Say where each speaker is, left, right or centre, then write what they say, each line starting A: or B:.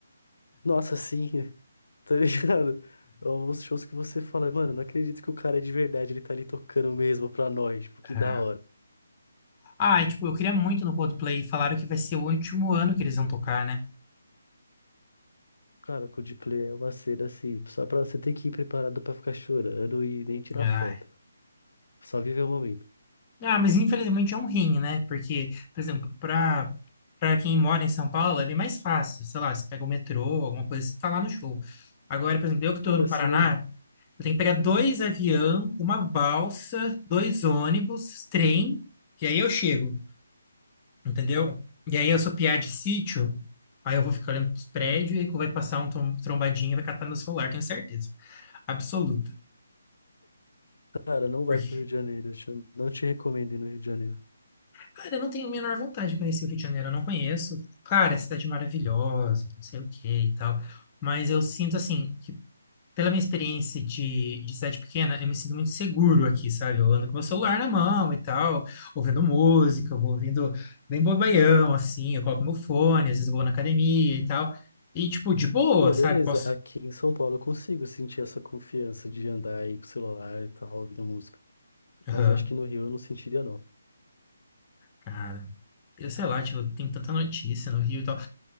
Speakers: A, on the left; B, on the left.
A: nossa, sim, Tá ligado? Alguns shows que você fala, mano, não acredito que o cara é de verdade, ele tá ali tocando mesmo pra nós, tipo, que
B: É.
A: da hora.
B: Ah, e, tipo, eu queria muito no Coldplay. Falaram que vai ser o último ano que eles vão tocar, né?
A: Cara, o Coldplay é uma cena assim, só pra você ter que ir preparado pra ficar chorando e nem tirar
B: Ai.
A: foto, só viver o momento.
B: Ah, mas infelizmente é um rim, né? Porque, por exemplo, pra, pra quem mora em São Paulo é bem mais fácil. Sei lá, você pega o metrô, alguma coisa, você tá lá no show. Agora, por exemplo, eu que tô
A: Cara,
B: no Paraná,
A: sim.
B: eu tenho que pegar dois avião, uma balsa, dois ônibus, trem, que aí eu chego. entendeu? E aí eu sou piá de sítio, aí eu vou ficar olhando pros prédios e aí vai passar um trom- trombadinho e vai catar meu celular, tenho certeza. Absoluta.
A: cara, não vai
B: Porque,
A: pro Rio de Janeiro, eu te- não te recomendo ir no Rio de Janeiro.
B: cara, eu não tenho a menor vontade de conhecer o Rio de Janeiro, eu não conheço. Claro, é cidade maravilhosa, não sei o que e tal. Mas eu sinto assim, que pela minha experiência de, de cidade pequena, eu me sinto muito seguro aqui, sabe? Eu ando com meu celular na mão e tal, ouvindo música, eu vou ouvindo bem bobaião, assim, eu coloco meu fone, às vezes eu vou na academia e tal. E, tipo, de boa,
A: Pô,
B: sabe?
A: beleza,
B: Posso.
A: aqui em São Paulo eu consigo sentir essa confiança de andar aí com o celular e tal, ouvindo música, mas
B: Aham,
A: eu acho que no Rio eu não sentiria não.
B: cara. Eu sei lá, tipo, tem tanta notícia no Rio e tal.